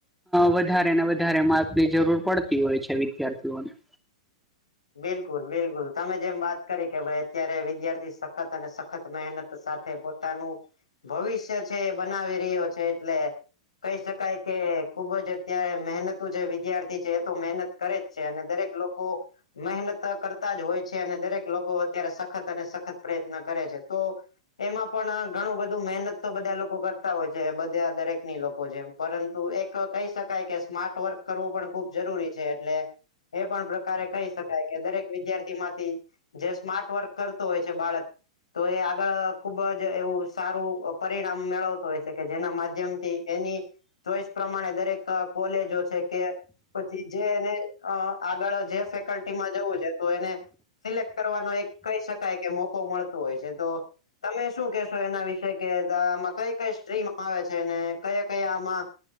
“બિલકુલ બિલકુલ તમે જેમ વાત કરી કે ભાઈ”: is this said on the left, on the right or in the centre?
Left